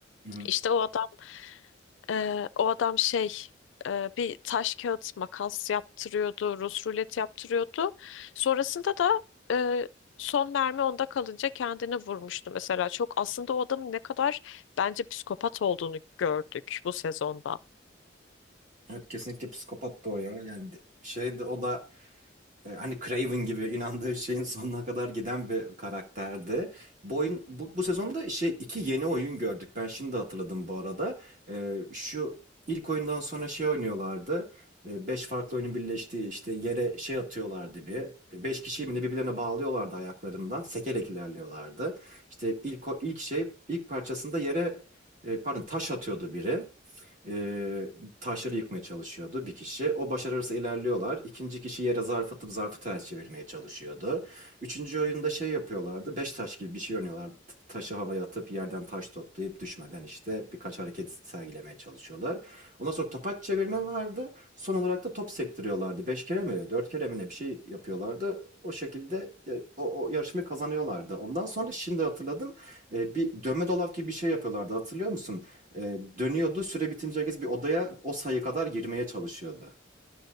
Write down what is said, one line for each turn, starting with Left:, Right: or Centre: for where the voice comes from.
Right: Hı hı.
Left: İşte o adam ee, o adam şey e, bir taş kağıt makas yaptırıyordu, Rus rulet yaptırıyordu. Sonrasında da e, son mermi onda kalınca kendini vurmuştu mesela. Çok aslında o adamın ne kadar bence psikopat olduğunu gördük bu sezonda.
Right: Evet kesinlikle psikopat da o ya. Yani de- şey de o da E, Hani Craven gibi inandığı şeyin sonuna kadar giden bir karakterdi. Bu oyun bu, bu sezonda şey iki yeni oyun gördük. Ben şimdi hatırladım bu arada. E, şu ilk oyundan sonra şey oynuyorlardı. E, beş farklı oyunun birleştiği işte yere şey atıyorlardı bir. E, beş kişiyi mi ne birbirlerine bağlıyorlardı ayaklarından. Sekerek ilerliyorlardı. İşte ilk o- ilk şey ilk parçasında yere e, pardon taş atıyordu biri. Ee, taşları yıkmaya çalışıyordu bir kişi. O başarırsa ilerliyorlar. İkinci kişi yere zarf atıp zarfı ters çevirmeye çalışıyordu. Üçüncü oyunda şey yapıyorlardı. Beş taş gibi bir şey oynuyorlardı. Taşı havaya atıp yerden taş toplayıp düşmeden işte birkaç hareket sergilemeye çalışıyorlar. Ondan sonra topaç çevirme vardı. Son olarak da top sektiriyorlardı. Beş kere mi, dört kere mi ne bir şey yapıyorlardı. O şekilde e, o, o yarışmayı kazanıyorlardı. Ondan sonra şimdi hatırladım. e, bir dönme dolap gibi bir şey yapıyorlardı. Hatırlıyor musun? Ee, dönüyordu. Süre bitince herkes bir odaya o sayı kadar girmeye çalışıyordu.